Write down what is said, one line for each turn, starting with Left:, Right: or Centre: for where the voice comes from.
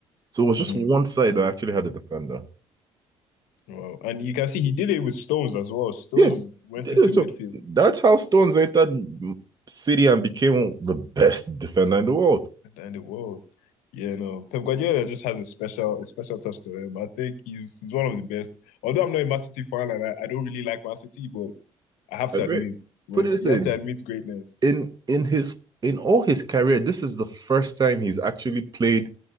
Right: So it was
Left: Mhm.
Right: just one side that actually had a defender.
Left: Wow. And you can see he did it with Stones as well. Stones
Right: Yeah,
Left: went
Right: did
Left: into
Right: it.
Left: midfield
Right: so that's how Stones entered City and became the best defender in the world.
Left: in the world. Yeah, no. Pep Guardiola just has a special, a special touch to him. I think he's he's one of the best. Although I'm not a Man City fan and I, I don't really like Man City, but I have
Right: That's
Left: to admit
Right: right.
Left: when
Right: Put it this
Left: you
Right: way:
Left: have to admit greatness.
Right: in in his in all his career, this is the first time he's actually played